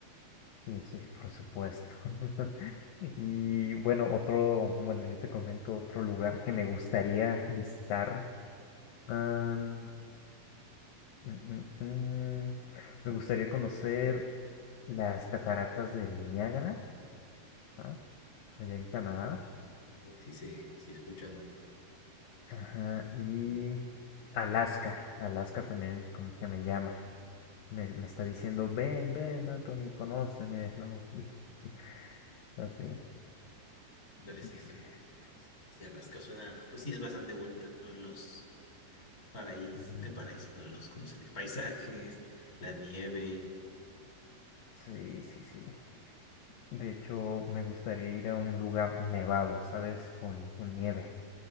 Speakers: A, on the left; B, on the left.
A: sí, sí, por supuesto. <laughs>
B: Sí,
A: Y bueno, otro, bueno, yo te comento otro lugar que me gustaría visitar. am, mm, mm, mm, me gustaría conocer las cataratas del Niágara, ¿ah? Allá en Canadá.
B: sí, se- sí he escuchado, ¿no?
A: Ajá, y Alaska, Alaska también como que me llama, me, me está diciendo, ven, ven, Anthony, conóceme, ¿no? <laughs> Así,
B: La resistencia.
A: híjole.
B: Sí, Alaska suena, pues sí es bastante bonita, ¿no? Los paraísos,
A: Ujú.
B: de paraíso, ¿no? Los, ¿cómo se les? Paisajes, la nieve,
A: Sí, sí, sí. De hecho, me gustaría ir a un lugar nevado, ¿sabes? Con, con nieve.